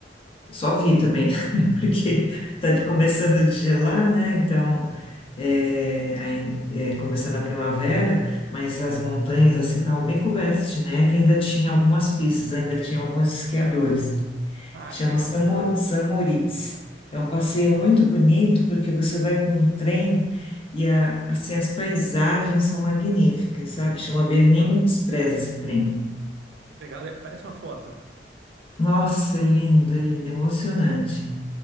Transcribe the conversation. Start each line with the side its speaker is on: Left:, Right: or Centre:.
Left: Eu só vi também, <laughs> né? porque está começando de gelar, né? Então, é, ain- é, começando a primavera, mas as montanhas assim estavam bem cobertas de neve, ainda tinha algumas pistas, ainda tinha alguns esquiadores.
Right: Ah,
Left: Chama
Right: que legal.
Left: Samo- Samoritz. É um passeio muito bonito porque você vai com um trem e a- assim, as paisagens são magníficas, sabe? Chama Bernina Express esse trem.
Right: Legal, né? parece uma foto.
Left: Nossa, é lindo, é lindo, é emocionante.